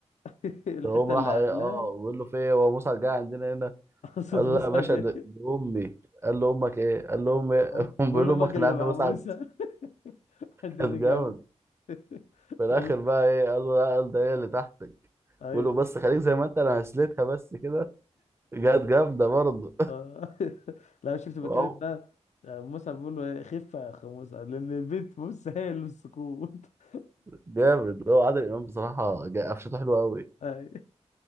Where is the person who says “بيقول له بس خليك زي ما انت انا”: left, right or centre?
Right